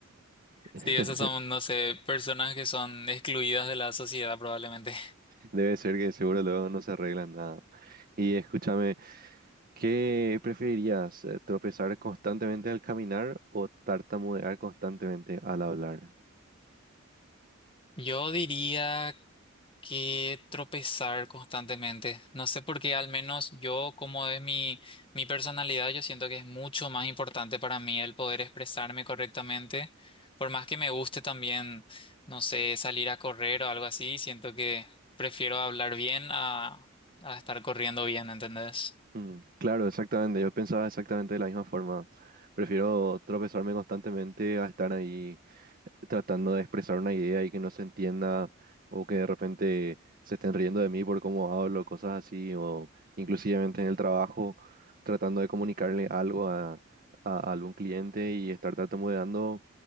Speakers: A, on the right; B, on the left.
A: <laughs>
B: Sí, esos son, no sé, personas que son excluidas de la sociedad probablemente.
A: Debe ser que seguro luego no se arreglan nada. Y escúchame, ¿qué preferirías? eh, ¿Tropezar constantemente al caminar o tartamudear constantemente al hablar?
B: Yo diría que tropezar constantemente. No sé por qué, al menos yo, como es mi, mi personalidad, yo siento que es mucho más importante para mí el poder expresarme correctamente. Por más que me guste también, no sé, salir a correr o algo así, siento que prefiero hablar bien a, a estar corriendo bien, ¿entendés?
A: Mm, claro, exactamente. Yo pensaba exactamente de la misma forma. Prefiero tropezarme constantemente a estar ahí eh, tratando de expresar una idea y que no se entienda o que de repente se estén riendo de mí por cómo hablo, cosas así, o inclusivamente en el trabajo tratando de comunicarle algo a, a algún cliente y estar tartamudeando.